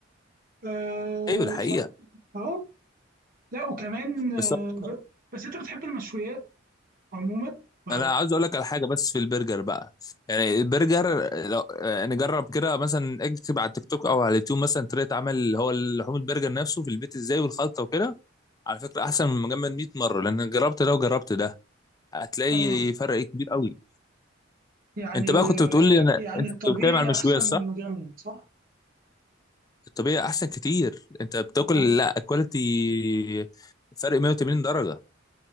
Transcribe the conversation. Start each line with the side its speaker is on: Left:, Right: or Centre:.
Right: اه
Left: ايوه الحقيقه
Right: آه. لا وكمان آه.
Left: بس
Right: بس انت بتحب المشويات عموما ولا
Left: انا
Right: لا
Left: عاوز اقول لك على حاجه بس في البرجر بقى يعني البرجر لو يعني جرب كده مثلا اكتب على التيك توك او على اليوتيوب مثلا طريقه عمل اللي هو لحوم البرجر نفسه في البيت ازاي والخلطه وكده على فكره احسن من مجمد 100 مره لان أنا جربت ده وجربت ده هتلاقي
Right: اه
Left: فرق كبير قوي
Right: يعني
Left: انت
Right: ال-
Left: بقى كنت بتقول لي انا انت
Right: يعني الطبيعي
Left: كنت بتتكلم على المشويات
Right: احسن
Left: صح
Right: من المجمد صح
Left: الطبيعي احسن كتير انت بتاكل
Right: اه
Left: لا كواليتي فرق 180 درجه